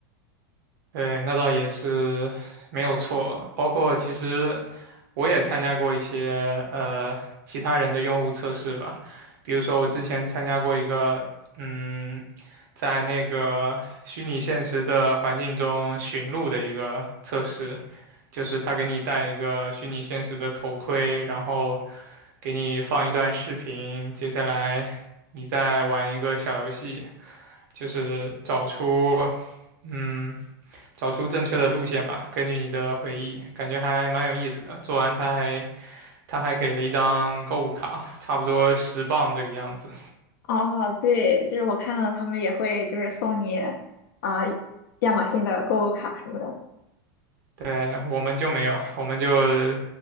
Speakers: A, on the right (about 60°); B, on the left (about 65°).
A: <laughs> 对，那倒也是没有错。包括其实我也参加过一些呃其他人的用户测试吧，比如说我之前参加过一个，嗯，在那个虚拟现实的环境中寻路的一个测试。就是他给你戴一个虚拟现实的头盔，然后给你放一段视频，接下来你再玩一个小游戏，就是找出，嗯，找出正确的路线吧，根据你的回忆，感觉还蛮有意思的。做完他还他还给了一张购物卡，差不多十磅这个样子。
B: 哦，对，就是我看到他们也会就是送你啊、亚马逊的购物卡什么的。
A: 对，我们就没有，我们就